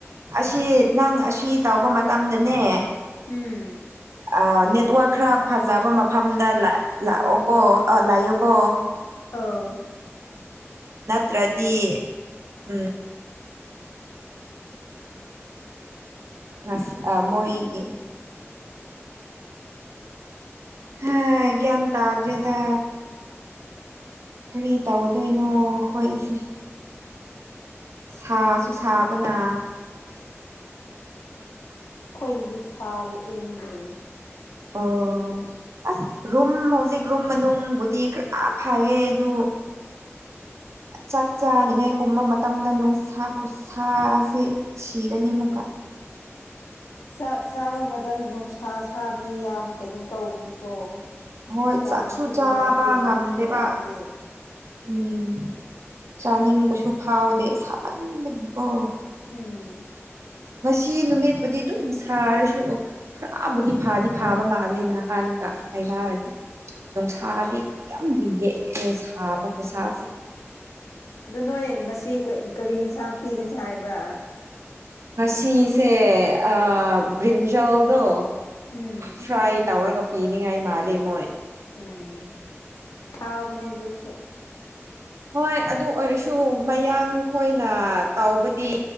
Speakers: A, on the right; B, on the left.
A: ꯑꯁꯤ ꯅꯪ ꯑꯁꯤ ꯇꯧꯕ ꯃꯇꯝꯗꯅꯦ
B: ꯎꯝ
A: ꯑꯥ ꯅꯦꯠꯋꯛ ꯈꯔ ꯐꯖꯕ ꯃꯐꯝꯗ ꯂꯦ ꯂꯥꯛꯑꯣꯀꯣ ꯑ ꯂꯩꯌꯣꯀꯣ
B: ꯑꯥꯎ
A: ꯅꯠꯇ꯭ꯔꯗꯤ ꯎꯝ ꯉꯁ ꯑꯥ ꯃꯣꯏꯒꯤ ꯍꯥ ꯒꯌꯥꯟ ꯇꯗ꯭ꯔꯦꯗ ꯀꯔꯤ ꯇꯧꯗꯣꯏꯅꯣ ꯈꯣꯏꯁꯦ ꯁꯥꯁꯨ ꯁꯥꯕꯅ
B: ꯈꯣꯏꯗꯗꯤ ꯁꯥꯔꯦ ꯏꯪꯉꯦ
A: ꯑꯣ ꯑꯣ ꯑꯁ ꯔꯨꯝ ꯍꯧꯖꯤꯛ ꯔꯨꯝ ꯃꯅꯨꯡꯕꯨꯗꯤ ꯈꯔ ꯐꯥꯏꯌꯦ ꯑꯗꯨ ꯆꯥꯛ ꯆꯥꯅꯤꯡꯉꯥꯏ ꯀꯨꯝꯕ ꯃꯇꯝꯗ ꯅꯨꯡꯁꯥ ꯈꯨꯁꯥꯁꯦ ꯁꯤꯔꯅꯤꯃꯨꯀꯥ
B: ꯎꯝ ꯆꯥꯛ ꯆꯥꯕ ꯃꯇꯝ ꯅꯨꯡꯁꯥ ꯁꯥꯕꯗꯤ ꯌꯥꯝ ꯀꯩꯅꯣꯝ ꯇꯧꯕꯅꯤꯀꯣ
A: ꯍꯣꯏ
B: ꯆꯥꯕꯁꯨ
A: ꯆꯥꯛꯁꯨ ꯆꯥꯕ
B: ꯅꯨꯡꯉꯥꯏꯇꯦ
A: ꯉꯝꯗꯦꯕ
B: ꯅꯨꯡꯁꯨ ꯅꯨꯡꯉꯥꯏꯇꯦ
A: ꯎꯝ ꯆꯥꯅꯤꯡꯕꯁꯨ ꯐꯥꯎꯗꯦ ꯁꯥꯃꯟꯕꯒꯤꯀꯣ
B: ꯎꯝ
A: ꯉꯁꯤ ꯅꯨꯃꯤꯠꯄꯨꯗꯤ ꯑꯗꯨꯝ ꯁꯥꯔꯁꯨ ꯈꯔꯕꯨꯗꯤ ꯐꯥꯗꯤ ꯐꯕ ꯃꯥꯜꯂꯦ ꯅꯍꯥꯟ ꯍꯥꯏꯅꯔꯗꯤ ꯅꯨꯡꯁꯥꯗꯤ ꯌꯥꯝꯗꯤ ꯌꯦꯛꯑꯦ ꯁꯥꯕ ꯈꯨꯁꯥꯁꯦ
B: ꯑꯗꯨ ꯅꯣꯏ ꯉꯁꯤ ꯀꯔꯤ ꯌꯦꯟꯁꯥꯡ ꯄꯤꯒꯅꯤ ꯍꯥꯏꯕ꯭ꯔꯥ
A: ꯉꯁꯤꯁꯦ ꯑꯥ ꯕ꯭ꯔꯤꯟꯖꯥꯜꯗꯨ
B: ꯎꯝ
A: ꯐ꯭ꯔꯥꯏ ꯇꯧꯔꯒ ꯄꯤꯅꯤꯡꯉꯥꯏ ꯃꯥꯜꯂꯤ ꯃꯣꯏ
B: ꯎꯝ ꯊꯥꯎꯕꯅꯤ ꯑꯗꯨꯁꯨ
A: ꯍꯣꯏ ꯑꯗꯨ ꯑꯣꯏꯔꯁꯨ ꯃꯌꯥꯡ ꯈꯣꯏꯅ ꯇꯧꯕꯗꯤ